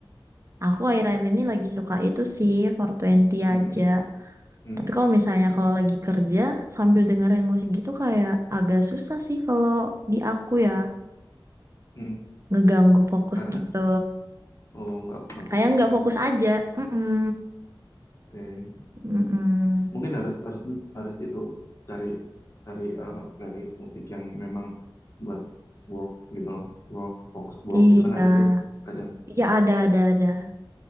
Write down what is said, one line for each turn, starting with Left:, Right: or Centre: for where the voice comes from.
Right: Aku akhir-akhir ini lagi suka itu sih four Twenty
Left: Hmm,
Right: aja.
Left: hmm, hmm,
Right: Tapi kalau misalnya
Left: hmm,
Right: kalau
Left: hmm.
Right: lagi kerja sambil dengerin musik gitu kayak agak susah sih kalau di aku ya
Left: hmm.
Right: ngeganggu fokus
Left: Karena
Right: gitu.
Left: oh nggak nggak
Right: Kayak
Left: fokus
Right: nggak
Left: ya.
Right: fokus aja. Mm-mm.
Left: Oke.
Right: Mm-mm.
Left: mungkin harus harus harus itu cari cari eh, playlist musik yang memang buat work gitu loh work fokus work
Right: Iya,
Left: gitu kan ada tuh kadang
Right: iya ada ada ada.